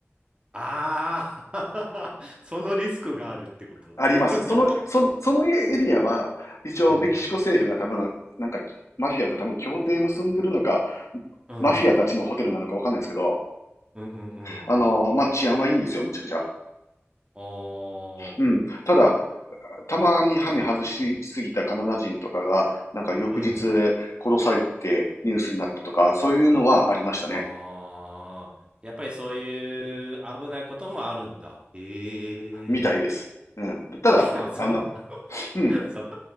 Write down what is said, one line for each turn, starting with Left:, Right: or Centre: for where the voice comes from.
Right: ああ <laughs> そのリスクがあるってこと。
Left: あります。
Right: <laughs>
Left: その、その、そのエリアは、一応メキシコ政府が多分、
Right: うんうん。
Left: なんか、マフィアと多分協定結んでるのか、
Right: うん
Left: マフィアたちのホテルなのかわかんないですけど、
Right: うんうんうん。
Left: あの、まあ、治安はいいんですよ、むちゃくちゃ。
Right: ああ。
Left: うん。ただ、たまにハメ外しすぎたカナダ人とかが、なんか翌日殺されてニュースになったとか、
Right: うん。
Left: そういうのはありましたね。
Right: ああ、やっぱりそういう危ないこともあるんだ。ええ。
Left: みたいです。うん。ただ、
Right: でも、その、
Left: あの、
Right: <laughs>
Left: うん。
Right: そ、